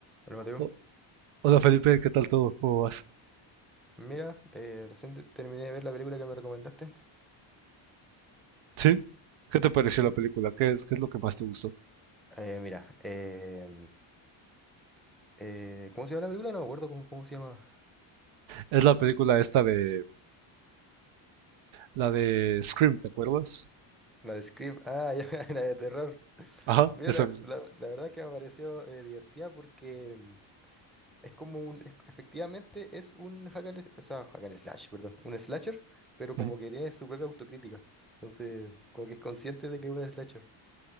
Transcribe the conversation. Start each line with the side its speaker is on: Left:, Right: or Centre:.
Centre: Hola Mateo,
Right: O- Hola Felipe, ¿qué tal todo? ¿Cómo vas?
Centre: mira, eh, recién te- terminé de ver la película que me recomendaste.
Right: ¿Sí? ¿Qué te pareció
Centre: Sí,
Right: la película? ¿Qué es, qué es lo que más te gustó?
Centre: eh, mira, eh, eh, ¿cómo se llama la película? No me acuerdo cómo, cómo se llama.
Right: Es la película esta de... La de Scream, ¿te acuerdas?
Centre: La de Scream, ah, <laughs> ya, la de terror.
Right: Ajá,
Centre: Mira,
Right: esa
Centre: la,
Right: misma.
Centre: la- la verdad que me pareció eh, divertida porque mm, es como un, es- efectivamente es un hack and, o sea, hack and slash, perdón, un slasher, pero como
Right: Ujú.
Centre: que tiene su propia autocrítica. Entonces, como que es consciente de que es un slasher.